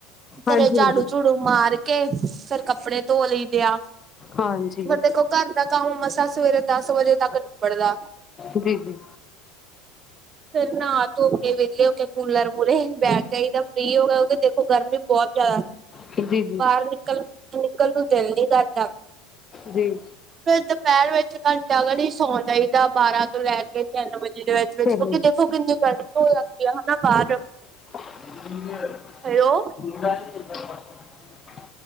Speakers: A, on the left; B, on the right.
A: ਹਾਂਜੀ-ਹਾਂਜੀ,
B: ਘਰੇ ਚਾੜੂ-ਚੂੜੂ ਮਾਰ ਕੇ ਫੇਰ ਕੱਪੜੇ ਧੋ ਲਈ ਦਿਆ।
A: ਹਾਂਜੀ।
B: ਮ ਦੇਖੋ ਘਰ ਦਾ ਕੰਮ ਮਸਾਂ ਸਵੇਰੇ ਦਸ ਵਜੇ ਤੱਕ ਨਿਬੜਦੈ।
A: ਜੀ-ਜੀ।
B: ਫੇਰ ਨਾ ਤੋ ਕੇ ਵਿਲੇ ਹੋਕੇ ਕੁਲਰ ਮੁੁਹਰੇ ਬੈਠ ਜਾਹੀਦਾ ਫ੍ਰਰੀ ਹੋ ਕੇ। ਕਿੳਕੀ ਦੇਖੋ ਗਰਮੀ ਬਹੁਤ ਜਾਦਾ।
A: ਜੀ-ਜੀ। ਜੀ।
B: ਬਾਹਰ
A: ਜੀ ਜੀ
B: ਨਿਕਲ ਨਿਕਲ ਨੂੰ ਦਿਲ ਨਹੀਂ ਕਰਦਾ।
A: ਜੀ
B: ਫੇਰ ਦੁਪਹਿਰ ਵਿੱਚ ਘੰਟਾ ਘੜੀ ਸੌ ਜਾਈਦਾ। ਬਾਰਾਂ ਤੋਂ ਲੈ ਕੇ ਤਿੰਨ ਵਜੇ ਦੇ ਵਿੱਚ
A: ਸਹੇਲੀ,
B: ਵਿੱਚ ਕਿਉਂਕਿ ਦੇਖੋ ਕਿੰਨੀ ਗਰਕ ਹੋ ਜਾਂੱਦੀ ਆ ਹਨਾ ਬਾਹਰ।
A: ਹ <inaudible>
B: ਹੈਲੋ
A: <inaudible>